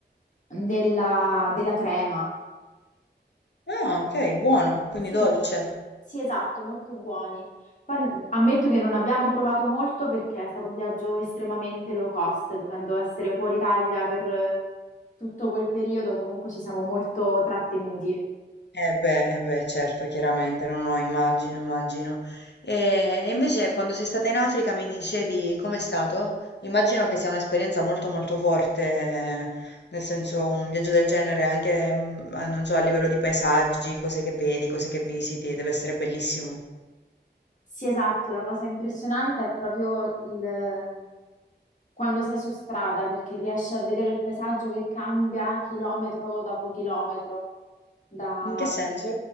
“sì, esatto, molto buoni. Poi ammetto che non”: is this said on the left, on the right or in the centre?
Left